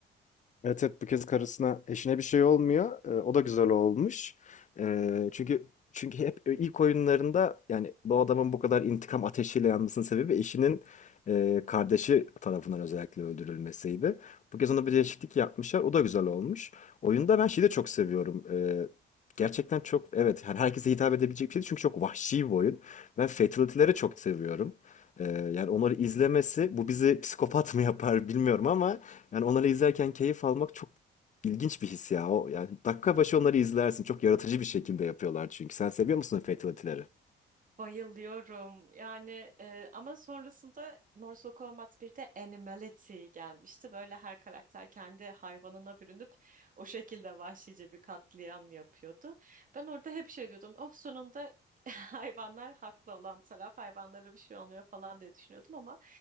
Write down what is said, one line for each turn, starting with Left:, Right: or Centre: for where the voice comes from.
Left: Evet, evet bu kez karısına eşine bir şey olmuyor. Ee, o da güzel olmuş. Ee, çünkü çünkü hep e, ilk oyunlarında yani bu adamın bu kadar intikam ateşiyle yanmasının sebebi eşinin e, kardeşi tarafından özellikle öldürülmesiydi. Bu kez ona bir değişiklik yapmışlar. O da güzel olmuş. Oyunda ben şeyi de çok seviyorum. Ee, gerçekten çok evet her herkese hitap edebilecek bir şey çünkü çok vahşi bir oyun. Ben fatality'leri çok seviyorum. Ee, yani onları izlemesi bu bizi psikopat mı yapar bilmiyorum ama yani onları izlerken keyif almak çok ilginç bir his ya. O, yani dakika başı onları izlersin. Çok yaratıcı bir şekilde yapıyorlar çünkü. Sen seviyor musun Fatality'leri?
Right: Bayılıyorum. Yani e, ama sonrasında Mortal Kombat 1'de Animality gelmişti. Böyle her karakter kendi hayvanına bürünüp o şekilde vahşice bir katliam yapıyordu. Ben orada hep şey diyordum. Oh sonunda <laughs> hayvanlar haklı olan taraf, hayvanlara bir şey olmuyor falan diye düşünüyordum ama